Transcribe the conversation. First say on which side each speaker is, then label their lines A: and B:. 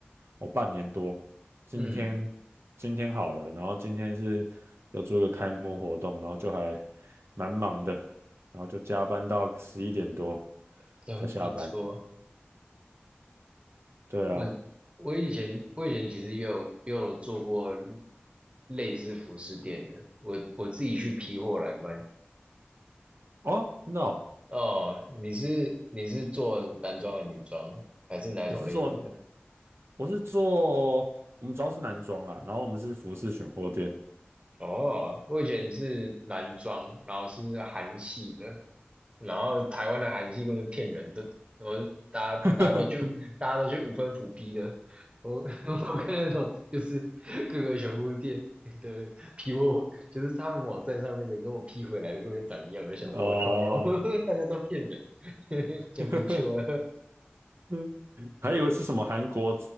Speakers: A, on the right (about 80°); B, on the right (about 30°).
A: 我哦半年多，今天今天好了，
B: 嗯，
A: 然后今天是要做一个开幕活动，然后就还蛮忙的，然后就加班到十一点多
B: 真不错。
A: 才下班。对啊，
B: 我我以前我以前其实也有也有做过类似服饰店的，我我自己去批货来卖。
A: 哦，真的哦，
B: 哦，你是你是做男装还是女装，还是哪一种类型的？
A: 我是做我是做。我们主要是男装啦，然后我们是服饰选货店。
B: 哦，我以前是男装，然后是韩系的，然后台湾的韩系根本就骗人的，我大家大家都去大家都去五分埔批的，
A: <laughs>
B: 我 <laughs> 我看那种就是各个熊物店的批货，就是他们网站上面的跟我批回来的跟本就长一样，我就想我靠然后
A: 哦，
B: <laughs> 大家都骗人，<laughs> 真不错，
A: <laughs> 呵呵，嗯，还以为是什么韩国